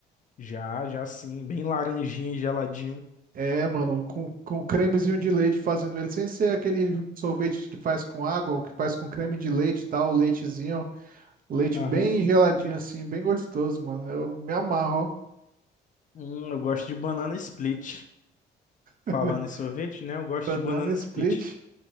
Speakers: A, on the left; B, on the right.
A: Já, já sim, bem laranjinha e geladinho.
B: É, mano, com, com cremezinho de leite fazendo ele, sem ser aquele sorvete que faz com água, o que faz com creme de leite e tal, leitezinho, leite
A: Aham.
B: bem geladinho assim, bem gostoso, mano. Eu me amarro, ó.
A: Hum, eu gosto de banana split. Falando
B: <laughs>
A: em sorvete, né? Eu gosto
B: Banana
A: de banana split.
B: split.